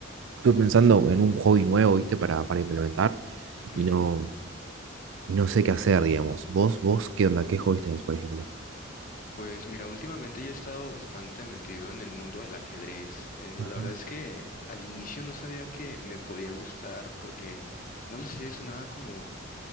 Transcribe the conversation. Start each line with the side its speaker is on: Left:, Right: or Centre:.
Right: estoy pensando en un hobby nuevo, ¿viste? Para, para implementar
Left: Ujú.
Right: y no, no sé qué hacer, digamos. ¿Vos, vos qué onda? ¿Qué hobbies tenés, por ejemplo?
Left: Pues mira, últimamente yo he estado bastante metido en el mundo del ajedrez. Eh,
Right: Ajá,
Left: la verdad es que al inicio no sabía que me podía gustar porque, no lo sé, sonaba como,